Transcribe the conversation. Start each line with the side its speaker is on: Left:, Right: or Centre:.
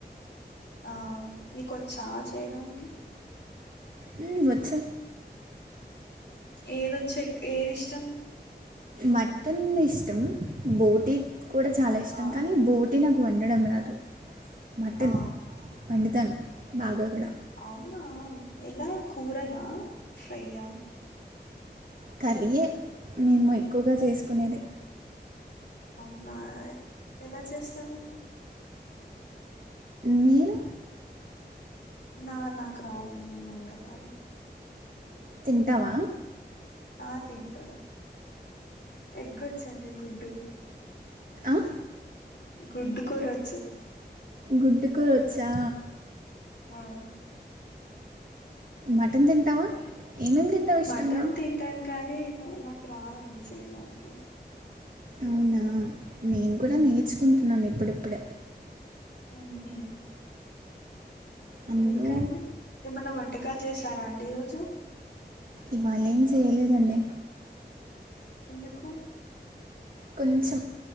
Left: ఆహ్ నీకు ఓచ్చా చేయడానికి
Right: హమ్ వచ్చు
Left: ఏదొచ్చి ఏది ఇష్టం మీ
Right: మటన్ ఇష్టం బోటీ కూడా చాలా
Left: ఆహా
Right: ఇష్టం కానీ బోట్ టి నాకు వండడం రాదు మటన్
Left: ఆ
Right: వండుతను బాగా కూడా
Left: అవునా ఎలా కూరనా ఫ్రైయా
Right: కర్రీ ఏ మేము ఎక్కువగా చేసుకునేది
Left: అవునా ఎలా చేస్తారూ
Right: మీరు
Left: నా నాకు రావండి వంటకాలు
Right: తింటావా
Left: ఆహ్ తింటాను ఎగ్గొచ్చండి గుడ్డు
Right: ఆహ్
Left: గుడ్డు కూర ఓచ్చు
Right: గుడ్డు కూర ఓచ్చా
Left: ఆహ్
Right: మటన్ తింటావా ఏమేమి తింటావు ఇష్టంగా
Left: మటన్ తింటాను కానీ నానాకు రాదండి చేయడానికి
Right: అవునా నేను కూడా
Left: మ్మ్
Right: నేర్చుకుంటున్నాను ఇప్పు ఇప్పుడే
Left: హమ్మ్
Right: అందులో
Left: ఇంకాడి ఏమన్నా వంట టాలు చేశారా అండి ఈ రోజు
Right: ఇవాలేం చెయలేదండి
Left: ఎందుకు
Right: కొంచెం